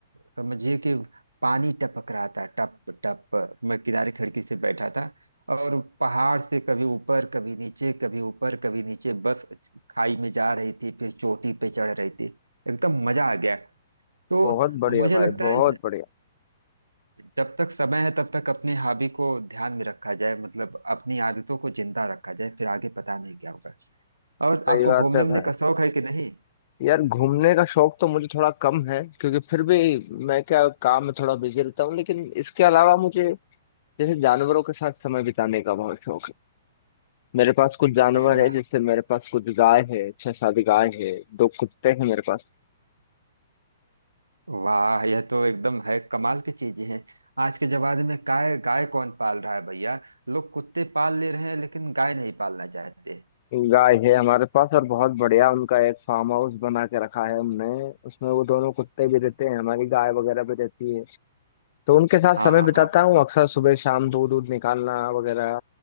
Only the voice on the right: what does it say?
समझिए कि पानी टपक रहा था टप टप मैं किनारे खिड़की से बैठा था और पहाड़ से कभी ऊपर कभी नीचे कभी ऊपर कभी नीचे बस खाई में जा रही थी फिर चोटी पे चढ़ रही थी एकदम मजा आ गया तो
मुझे
लगता
है
जब तक समय है तब तक अपनी हॉबी को ध्यान में रखा जाए मतलब अपनी आदतों को जिंदा रखा जाए फिर आगे पता नहीं क्या होगा और
आपको
घूमने
वूमने
का शौक है कि नहीं
अरे वाह
वाह यह तो एकदम है कमाल की चीजें हैं आज के जमाने में गाय गाय कौन पाल रहा है भैया लोग कुत्ते पाल ले रहे हैं लेकिन गाय नहीं पालना चाहते
हाँ
हाँ
हाँ